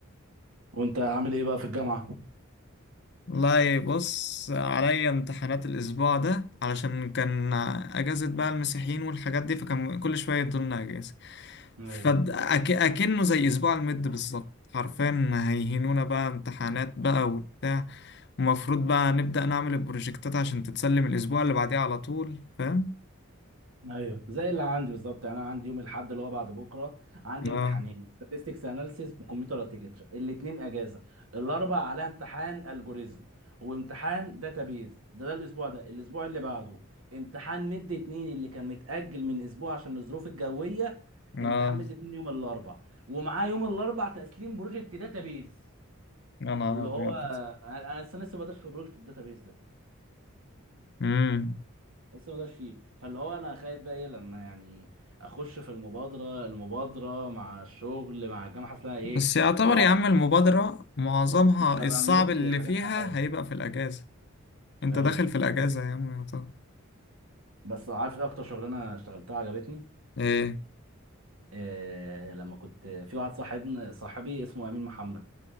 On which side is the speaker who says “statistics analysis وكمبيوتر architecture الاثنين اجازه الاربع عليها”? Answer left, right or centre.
Right